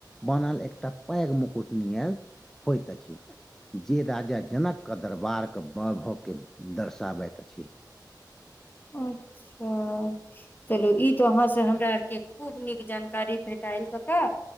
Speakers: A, in the centre; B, on the left.
A: बनल एकटा पैघ मुकुट नियल होइत अछि जे राजा जनक कऽ दरबार के ब भऽ के दर्शाबैत अछि
B: अच्छा चलू ई तऽ अहाँसँ हमरा आरके खूब नीक जानकारी भेटाएल कका